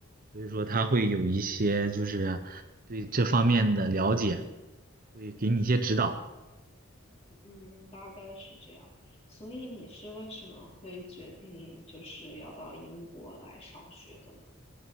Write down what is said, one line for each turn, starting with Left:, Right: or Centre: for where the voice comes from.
Right: 所以说他会有一些就是对这方面的了解，会给你一些指导。
Left: 嗯，大概是这样。所以你是为什么会决定就是要到英国来上学的呢？